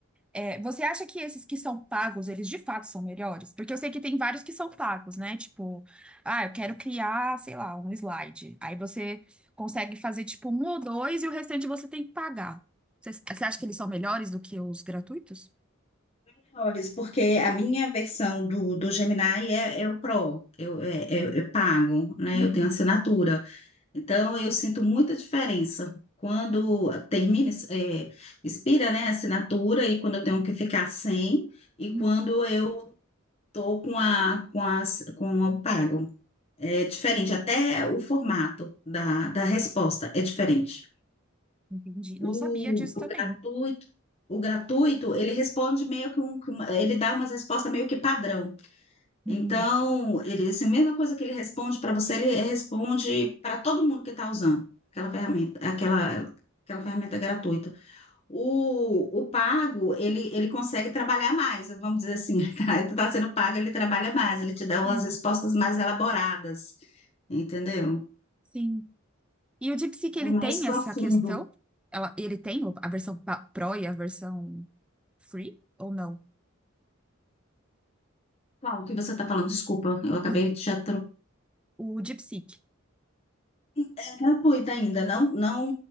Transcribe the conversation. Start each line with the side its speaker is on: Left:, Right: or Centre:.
Centre: É, Você acha que esses que são pagos, eles de fato são melhores? Porque eu sei que tem vários que são pagos, né? Tipo, ah, eu quero criar, sei lá, um slide. Aí você consegue fazer tipo um ou dois e o restante você tem que pagar. Você, você acha que eles são melhores do que os gratuitos?
Left: Melhores, Porque a minha versão do, do Gemini é, é o Pro, eu, é, é- é pago, né?
Centre: Uhum,
Left: Eu tenho assinatura. Então, eu sinto muita diferença quando termina, é, expira, né, a assinatura e quando eu tenho que ficar sem e
Centre: uhum,
Left: quando eu tô com a, com a, com o pago. É diferente, até o formato da, da resposta é diferente.
Centre: entendi.
Left: O,
Centre: Não sabia disso
Left: o
Centre: também.
Left: gratuito, o gratuito, ele responde meio que um, que uma- ele dá umas respostas meio que padrão.
Centre: Hum,
Left: Então, ele, essa mesma coisa que ele responde para você, ele responde para todo mundo que está usando aquela ferramenta, aquela, aquela ferramenta gratuita. O, o pago, ele, ele consegue trabalhar mais, vamos dizer assim, <laughs> tá? Tu está sendo pago, ele trabalha mais, ele te dá umas
Centre: sim,
Left: respostas mais elaboradas, entendeu?
Centre: sim. E o DeepSeek, ele
Left: É
Centre: tem
Left: Mais profundo.
Centre: essa questão? Ela, ele tem o- a versão pa- Pro e a versão Free ou não?
Left: Qual que você está falando? Desculpa, eu acabei
Centre: O,
Left: de te atro-
Centre: o DeepSeek
Left: É gratuita ainda, não, não,